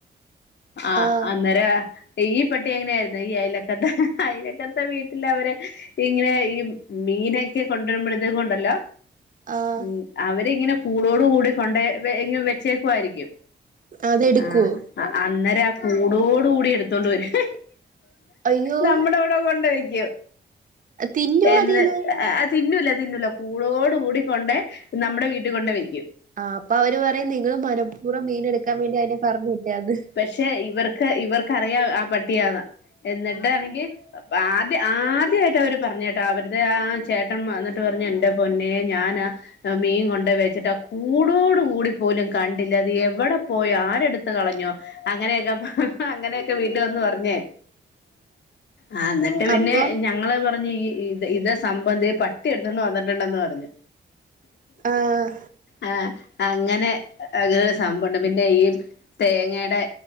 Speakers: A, on the left; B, on the right.
A: ആഹ
B: ആഹ്
A: അന്നേര ഈ പട്ടി എങ്ങനെയ ആരുന്ന ഈ അലക്കത്ത് അലക്കത്തെ വീട്ടിൽ അവരെ ഇങ്ങനെ ഈ മീനൊക്കെ കൊണ്ടുവരുമ്പോഴത്ത കൊണ്ടല്ലോ
B: ആഹ്
A: ഉ അവരിങ്ങനെ പൂളോട് കൂടി കൊണ്ടേ വെച്ചേക്കുആയിരിക്കും
B: അതെടുക്കുവോ
A: ആ അന്നെര കൂടോട് കൂടി എടുത്തോണ്ട് വരും
B: അയ്യോ
A: നമ്മുടെ അവിടെ കൊണ്ട് വെക്കും
B: തിന്നുവോ
A: എന്ന്
B: അതീന്ന്
A: തിന്നൂല തിന്നൂല്ലാ കൂടോട് കൂടിക്കൊണ്ട് നമ്മുടെ വീട്ടിൽ കൊണ്ട് വെ
B: ആഹ് അപ്പൊ അവര് പറയും നിങ്ങള് മനഃപൂർവ്വം മീൻ എടുക്കാൻ വേണ്ടി അതിനെ പറഞ്ഞു വിട്ടയാന്ന്
A: പക്ഷെ ഇവർ ഇവർക്കറിയാം ആ പട്ടിയാണ് എന്നിട്ടാണെങ്കിൽ ആദ്യ ആദ്യായിട്ടാ അവർ പറഞ്ഞേട്ടോ അവരുടെ ആ ചേട്ടൻ വന്നിട്ട് പറഞ്ഞു എന്റെ പൊന്നെ ഞാൻ മീൻ കൊണ്ട വെച്ചിട്ട് കൂടോട് കൂടി പോലും കണ്ടില്ല അത് എവിടെ പോയ ആരെടുത്ത് കളഞ്ഞോ അങ്ങനെയൊക്കെ അങ്ങനെയൊക്കെ വീട്ട വന്ന് പറഞ്ഞേ ആ എന്നിട്ട് പിന്നെ
B: അപ്പം
A: ഞങ്ങള് പറഞ്ഞു ഈ ഇ ഇത സംബന്ധി പട്ടിയെടുത്തണ്ട് വന്നിട്ടുണ്ടെന്ന് പറഞ്ഞു
B: ആഹ്
A: ആഹ അങ്ങനെ അകൃ സംഭവുണ്ട് പിന്നെ ഈ തേങ്ങയുടെ